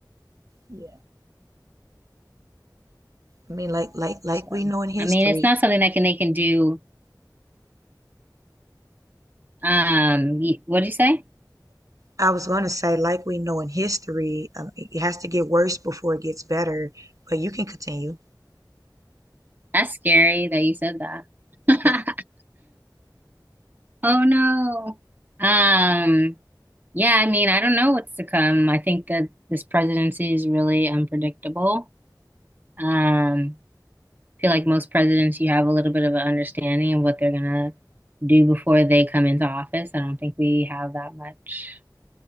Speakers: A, on the right; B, on the right.
A: yeah. I mean, like like like
B: So,
A: we know in history.
B: I mean, it's not something that can they can do. Um, y- what'd you say?
A: I was gonna say like we know in history, um, it has to get worse before it gets better. But you can continue.
B: That's scary that you said that. <laughs>
A: Yeah.
B: Oh no. Um, yeah, I mean, I don't know what's to come. I think that this presidency is really unpredictable. Um, feel like most presidents, you have a little bit of an understanding of what they're gonna do before they come into office. I don't think we have that much.